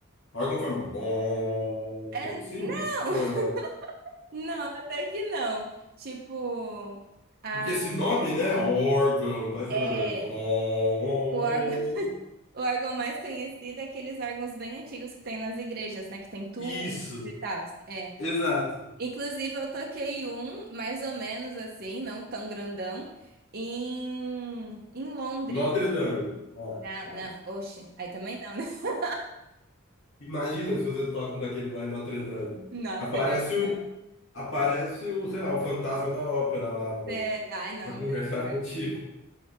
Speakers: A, on the left (about 65°); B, on the right (about 50°).
A: Órgão faz bom,
B: É,
A: coisa assim,
B: Não,
A: o
B: <laughs>
A: som é mais.
B: não, até que não. Tipo, a,
A: Porque esse nome, né? Órgão, parece
B: é,
A: uma coisa. Bom.
B: o órgão, <laughs> o órgão mais conhecido é aqueles órgãos bem antigos que tem nas igrejas, né? Que tem tubos
A: Isso,
B: e tal. É.
A: exato.
B: Inclusive, eu toquei um, mais ou menos assim, não tão grandão, em, em Londres.
A: Notre Dame. Ah,
B: Não,
A: quase.
B: não, oxe, aí também não, né? <laughs>
A: Imagina se você toca naquele lá em Notre Dame.
B: Não,
A: Aparece
B: seria legal.
A: o, aparece o, sei lá, o fantasma da ópera lá pra,
B: É, ai, não,
A: pra conversar
B: misericórdia.
A: <laughs> contigo.